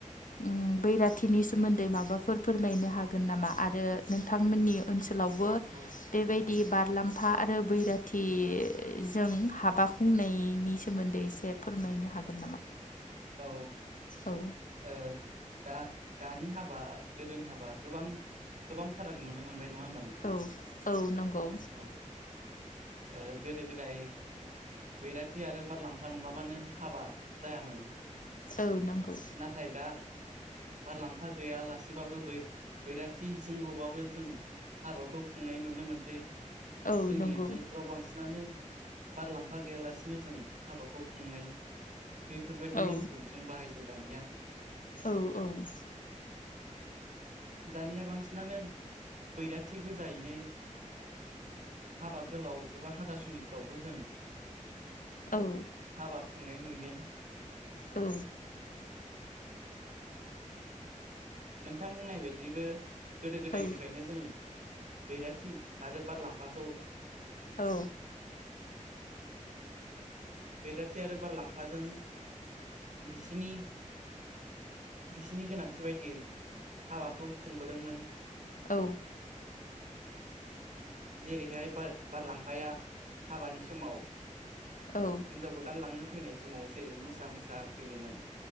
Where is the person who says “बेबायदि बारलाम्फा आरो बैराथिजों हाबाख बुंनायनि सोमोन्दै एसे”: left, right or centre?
Left